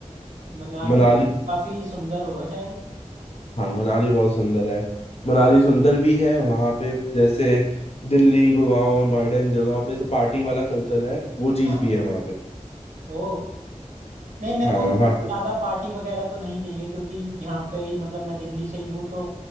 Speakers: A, on the right; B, on the left.
A: मनाली
B: मनाली
A: काफी सुंदर होगा शायद
B: हाँ मनाली बहुत सुंदर है मनाली सुंदर भी है वहां पे जैसे दिल्ली गुड़गांव नोएडा इन जगहों पे से पार्टी वाला कल्चर है वो चीज
A: हाँ
B: भी है वहां पे
A: ओ नहीं मेरे
B: हाँ
A: को मतलब
B: वहाँ पे
A: ज्यादा पार्टी वगैरह तो नहीं चाहिए क्योंकि यहाँ पे ही मतलब मैं दिल्ली से ही हूँ तो